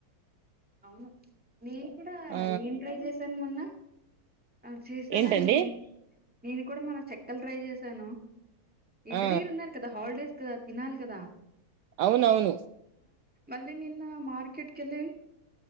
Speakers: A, in the centre; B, on the right (about 85°).
A: అవును నేను కూడా
B: ఆ
A: ఏం ట్రై చేశాను మొన్న ఆ చేశానండి
B: ఏంటండి
A: నేను నేను కూడా మొన్న చెక్కలు ట్రై చేశాను ఇంటి
B: ఆ
A: దగ్గర ఉన్నారు కదా హాలిడేస్ క తినాలి కదా
B: అవునవును
A: మళ్లీ నిన్న మార్కెట్ కెళ్ళి